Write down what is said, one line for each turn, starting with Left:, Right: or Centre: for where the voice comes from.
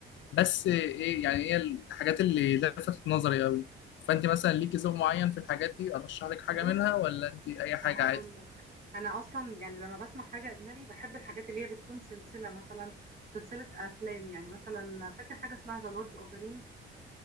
Left: بس ايه يعني هي الحاجات اللي لفتت نظري قوي فانت مثلا ليكي ذوق معين في الحاجات دي ارشح لك حاجه
Right: بص
Left: منها ولا انت اي حاجه
Right: هقول
Left: عادي
Right: لك انا اصلا يعني لما بسمع حاجه اجنبي بحب الحاجات اللي هي بتكون سلسله مثلا سلسله افلام يعني مثلا فاكر حاجه اسمها ذا لورد اوف ذا رينج